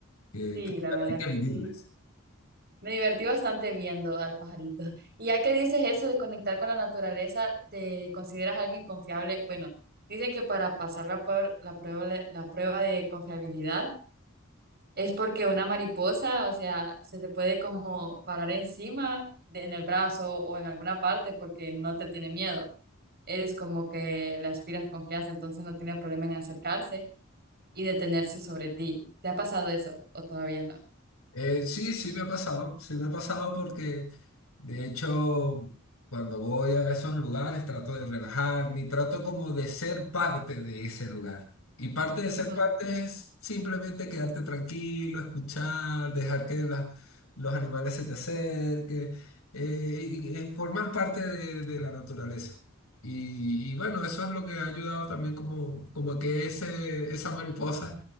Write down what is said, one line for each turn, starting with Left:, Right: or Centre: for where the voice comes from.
Left: que-
Right: Sí,
Left: que
Right: la verdad
Left: hay que
Right: que
Left: vivirlas.
Right: sí. Me divertí bastante viendo al pajarito. <laughs> Y ya que dices eso de conectar con la naturaleza, ¿te consideras alguien confiable? Bueno, dicen que para pasar la, puer- la prueba, de- la prueba de confiabilidad Es porque una mariposa, o sea, se te puede como parar encima de- en el brazo o en alguna parte porque no te tiene miedo. Eres como que le aspiras confianza, entonces no tiene problema en acercarse y detenerse sobre ti. ¿Te ha pasado eso o todavía no?
Left: Eh, sí, sí me ha pasado. Sí me ha pasado porque De hecho, cuando voy a esos lugares trato de relajarme y trato como de ser parte de ese lugar. Y parte de
Right: Ujú.
Left: ser parte es simplemente quedarte tranquilo, escuchar, dejar que las- los animales se te acerquen, eh, y, y- y formar parte de, de la naturaleza. Y, y bueno, eso es lo que ha ayudado también como, como que ese, esa mariposa